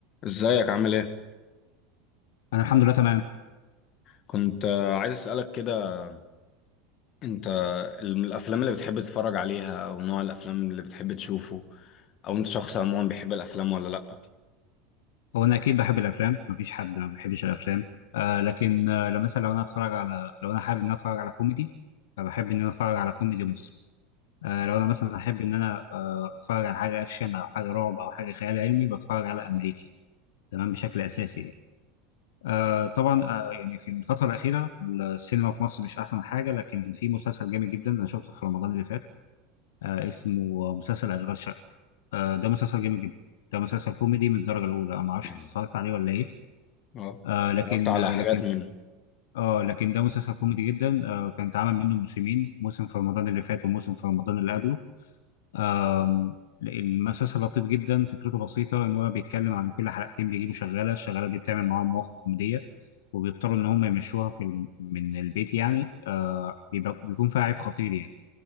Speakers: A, on the left; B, on the left.
A: ازيك عامل ايه؟
B: انا الحمد لله تمام
A: كنت آه، عايز اسألك كده انت الم- الافلام اللي بتحب تتفرج عليها او نوع الافلام اللي بتحب تشوفه او انت شخص عموما بيحب الافلام ولا لأ؟
B: هو انا اكيد بحب الافلام مفيش حد ما بيحبش الافلام آه لكن آه لو مثلا لو انا اتفرج على لو انا حابب ان انا اتفرج على كوميدي فبحب ان انا اتفرج على كوميدي مصري آه لو انا مثلا احب ان انا آه اتفرج على حاجه اكشن او حاجه رعب او حاجه خيال علمي بتفرج على امريكي تمام بشكل اساسي يعني. آه طبعا آه يعني في الفتره الاخيره السينما في مصر مش احسن حاجه لكن في مسلسل جامد جدا انا شفته في رمضان اللي فات آه اسمه مسلسل اشغال شقه آه ده مسلسل جامد جدا ده مسلسل كوميدي من الدرجه الاولى أنا ما اعرفش
A: <clears throat>
B: انت اتفرجت عليه ولا ايه
A: اه
B: آه لكن
A: اتفرجت على
B: آه
A: حاجات
B: لكن
A: منه
B: اه لكن ده مسلسل كوميدي جدا آه كان اتعمل منه موسمين موسم في رمضان اللي فات وموسم في رمضان اللي قبله آم، المسلسل لطيف جدا فكرته بسيطة ان هو بيتكلم عن كل حلقتين بيجيبوا شغالة الشغالة دي بتعمل معاهم مواقف كوميدية وبيضطروا ان هم يمشوها في الم- من البيت يعني آه بيبقى بيكون فيها عيب خطير يعني